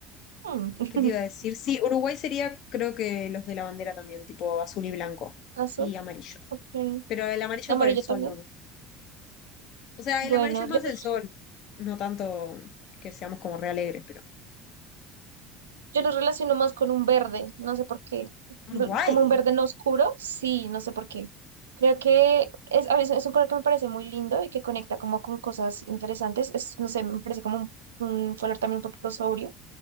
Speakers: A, on the right; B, on the left.
A: Mm. <laughs>
B: ¿Qué te iba a decir? Sí, Uruguay sería, creo que los de la bandera también, tipo azul y blanco
A: Azul,
B: y amarillo.
A: ok.
B: Pero el amarillo
A: Amarillo
B: por el sol,
A: también.
B: no. O sea,
A: Bueno,
B: el amarillo es más
A: yo, los-
B: el sol, no tanto que seamos como re alegres, pero.
A: yo los relaciono más con un verde, no sé por qué.
B: Uruguay.
A: Lo- Como un verde no oscuro, sí, no sé por qué. Creo que es, a veces es un color que me parece muy lindo y que conecta como con cosas interesantes. Es, no sé, me parece como un, un color también un poquito sobrio,